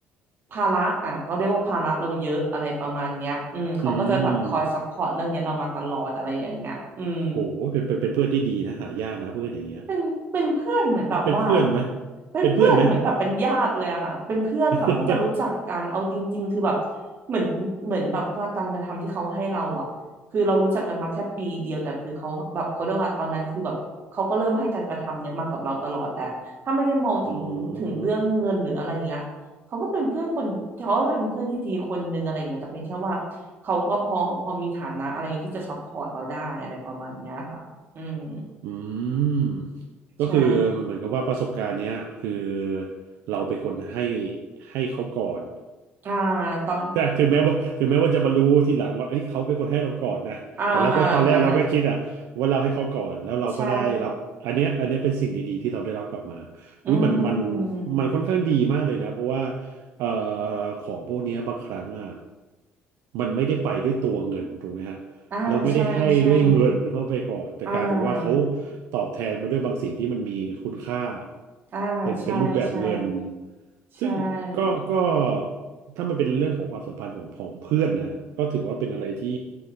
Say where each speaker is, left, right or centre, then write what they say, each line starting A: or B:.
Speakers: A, on the right (about 45°); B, on the right (about 80°).
A: ภาระอ่ะเราเรียกว่าภาระเราเยอะอะไรประมาณเนี้ยอืมเขาก็จะแบบคอยซัพพอร์ตเรื่องเนี้ยเรามาตลอดอะไรอย่างเงี้ยอืม
B: อืมโอ้โหเป็นเป็นเป็นเพื่อนที่ดีนะหายากนะเพื่อนอย่างเงี้ย
A: เป็นเป็นเพื่อนเหมือนแบบว่า
B: เป็นเพื่อนไหม
A: เป็นเพื่อนเหมือนแบบเป็นญาติเลยอะค่ะเป็นเพื่อนค่ะเพิ่งจะรู้จักกันเอาจริงๆคือแบบ
B: เป็นเพื่อนไหม <laughs>
A: เหมือนเหมือนแบบว่าการกระทำที่เขาให้เราอะคือเรารู้จักกันมาแค่ปีเดียวแต่คือเขาแบบเขาเรียกว่าตอนนั้นคือแบบเขาก็เริ่มให้การกระทำเนี้ยมากับเราตลอดแหละถ้าไม่ได้มองถึงถึงเรื่องเงินหรืออะไรเงี้ยเขาก็เป็นเพื่อนคนเขาก็เป็นเพื่อนที่ดีคนนึงอะไรอย่างเงี้ยแต่เพียงแค่ว่าเขาก็พอพอมีฐานะอะไรที่จะซัพพอร์ตเราได้อะไรประมาณเนี้ยค่ะอืม
B: อ๋ออืมก็คือมันเหมือนกับว่าประสบการณ์เนี้ยคือ
A: ใช่
B: เราเป็นคนให้ให้เขาก่อน
A: อ่าตอน
B: <laughs> ถึงแม้ว่าถึงแม้ว่าจะมารู้ทีหลังว่าเอ้ยเขาเป็นคนให้เราก่อนนะ
A: อ่าอ่าอ่า
B: แต่เราก็ตอนแรกเราก็คิดอะว่าเราให้เขาก่อนแล้วเราก็ได้รับอันเนี้ยอันเนี้ยเป็นสิ่งดีๆที่เราได้รับกลับมา
A: ใช่อืม
B: อุ้ยมันมันมันค่อนข้างดีมากเลยนะเพราะว่าเอ่อของพวกเนี้ยบางครั้งอะมันไม่ได้ไปด้วยตัวเงินถูกไหมฮะ
A: อ่าใช่ใช่
B: เราไม่ได้ให้ด้วยเงินเข้าไปก่อนแต่กลายเป็นว่าเขา
A: อ่า
B: ตอบแทนมาด้วยบางสิ่งที่มันมีคุณค่า
A: อ่าใช่ใช่
B: เป็นเป็นรูปแบบเงิน
A: ใช่
B: ซึ่งก็ก็ถ้ามันเป็นเรื่องของความสัมพันธ์ของของเพื่อนนะก็ถือว่าเป็นอะไรที่